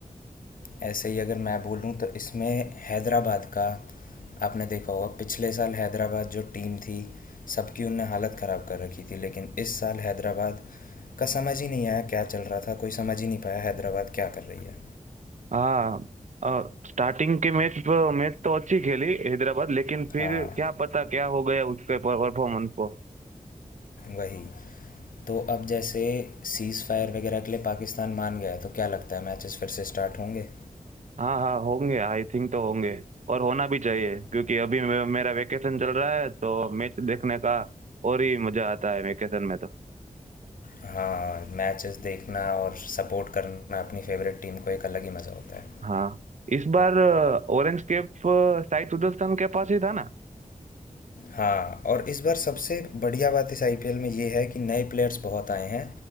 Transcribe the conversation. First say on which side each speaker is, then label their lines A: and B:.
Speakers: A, on the left; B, on the right.
A: ऐसे ही अगर मैं बोलूँ तो इसमें हैदराबाद का आपने देखा होगा पिछले साल हैदराबाद जो टीम थी सबकी उनने हालत ख़राब कर रखी थी लेकिन इस साल हैदराबाद का समझ ही नहीं आया क्या चल रहा था कोई समझ ही नहीं पाया हैदराबाद क्या कर रही है
B: हाँ स्टार्टिंग के मैच मैच तो अच्छी खेली हैदराबाद लेकिन फिर
A: हाँ
B: क्या पता क्या हो गया उसके परफॉर्मेंस को
A: वही तो अब जैसे सीज़ फायर वगैरह के लिए पाकिस्तान मान गया है, तो क्या लगता है मैचेस फिर से स्टार्ट होंगे
B: हाँ हाँ होंगे आई थिंक तो होंगे और होना भी चाहिए क्योंकि अभी मे- मेरा वेकेशन चल रहा है तो मैच देखने का और ही मजा आता है वेकेशन में तो
A: हाँ मैचेस देखना और सपोर्ट करना अपनी फेवरेट टीम को एक अलग ही मज़ा होता है
B: हाँ इस बार ऑरेंज कैप साई सुदर्शन के पास ही था ना
A: हाँ और इस बार सबसे बढ़िया बात इस आईपीएल में ये है कि नए प्लेयर्स बहुत आए हैं